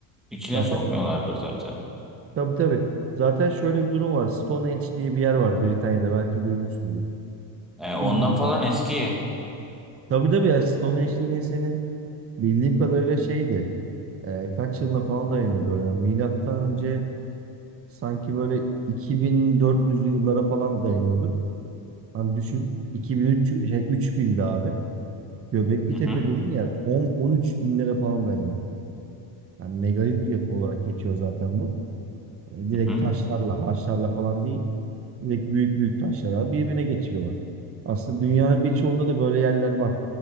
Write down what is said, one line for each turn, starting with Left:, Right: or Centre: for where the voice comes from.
Centre: İçine
Right: Zaten
Centre: sokmuyorlardır zaten.
Right: Tabii tabii. Zaten şöyle bir durum var. Stonehenge diye bir yer var Britanya'da. Belki duymuşsundur.
Centre: Yani ondan
Right: Bilmiyorum.
Centre: falan eski.
Right: Tabii tabii ya Stonehenge'lerin senin bildiğim kadarıyla şeydi. e, kaç yılına falan dayanıyordu. o Yani milattan önce sanki böyle 2400'lü yıllara falan dayanıyordu. Hani düşün 2003 şey 3000'di abi. Göbekli
Centre: Hı
Right: Tepe
Centre: hı,
Right: dediğin yer 10 13 binlere falan dayanıyor. Yani megalit bir yapı olarak geçiyor zaten bu. Hani direkt
Centre: hı hı,
Right: taşlarla, harçlarla falan değil. Direkt büyük büyük taşlar abi birbirine geçiyorlar. Aslında dünyanın birçoğunda da böyle yerler var.